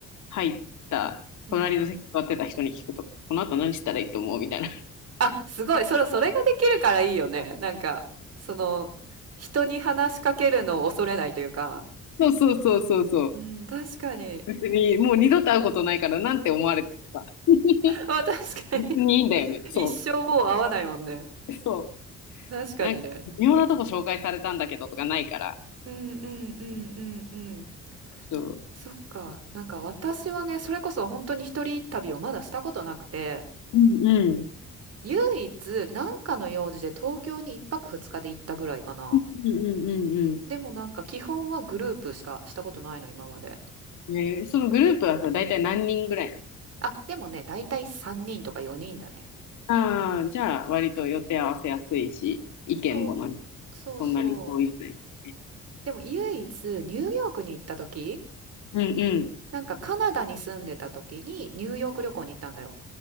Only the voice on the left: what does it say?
入った隣の席座ってた人に聞くとか、
この後何したらいいと思うみたいな。
そうそうそうそうそう。
別にもう二度と会うことないからなんて思われてるか。<laughs>
別にいいんだよね。
そ
う。そ
う。なんか微妙なとこ紹介されたんだけどとかないから。
そう。
うんうん。
うんうんうん
うん。えーそのグループはさ、大体何人ぐらいなの
ああ、じゃあ、割と予定合わせやすいし、意見もなに
そんなに遠いというかね。
うんうん。